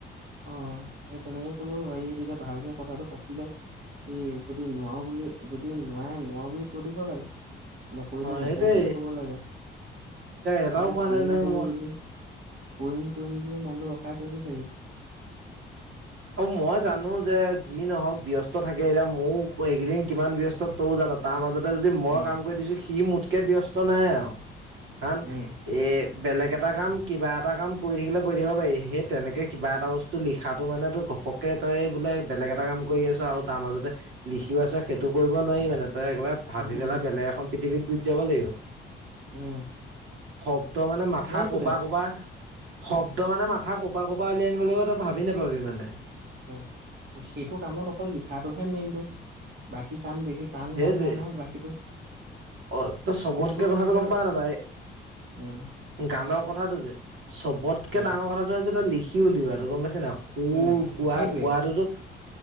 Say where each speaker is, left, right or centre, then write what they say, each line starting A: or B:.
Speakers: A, on the right; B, on the right.
A: অ সেই তেনেকে ক'লো হেৰি তেতিয়া ভালকে কথাটো পাতিলে এ যদি নোৱাৰো বুলি, যদি নোৱাৰে নোৱাৰো বুলি কৈ দিব লাগে নকৰিলে নকৰো
B: সেইটোৱে
A: বুলি ক'ব লাগে
B: এটাও
A: এতিয়া
B: কোৱা নাই
A: কৰিম
B: নহয়
A: কৰিম
B: মই
A: বুলি কৰিম কৰিম বুলি মানুহটো ৰখাই থৈ দিছে সি।
B: মই জানো যে যি নহওক ব্যস্ত থাকে এতিয়া মও এইকেইদিন কিমান ব্যস্ত তৌ <unintelligible> তাৰ মাজত ত যদি মই
A: উম
B: কাম কৰি দিছো সি মোতকে ব্যস্ত নাই আৰু কাৰণ
A: উম
B: এ বেলেগ এটা কাম কিবা এটা কাম কৰি থাকিলে কৰি থাকিব পাৰি সেই তেনেকে কিবা এটা বস্তু লিখাত তটো মানে তো ঘপকে তই বোলে বেলেগ এটা কাম কৰি আছ আৰু তাৰ মাজতে লিখিও আছ সেইটো কৰিব নোৱাৰি মানে তই একেবাৰে ভাবি
A: উম
B: পেলাই বেলেগ এখন পৃথিৱীত গুছি যাব লাগিব।
A: উম
B: শব্দ মানে মাথা
A: সেইটোৱে
B: ক'পা ক'পা শব্দ মানে মাথা কপা ক'পা উলিয়াই আনিব লাগিব তই ভাবি নোপাবি মানে
A: উ সেইটো কামত অকল লিখাটোহে মেইনটো বাকী কাম বেছি টান
B: সেইটোৱে
A: কাম নাই নহয় বাকীটো
B: অ তই চবতকে
A: সুৰটোতো
B: কথাটো
A: এতিয়া
B: গম পাৱ নে নাপাৱ
A: উম
B: গানৰ কথাটো যে, চবতকে
A: উম
B: ডাঙৰ কথাটো হৈছে এটা লিখি উলিওৱাটো, গম পাইছ ন স
A: উম
B: গোৱা
A: সেইটোৱে
B: গোৱাটোতো,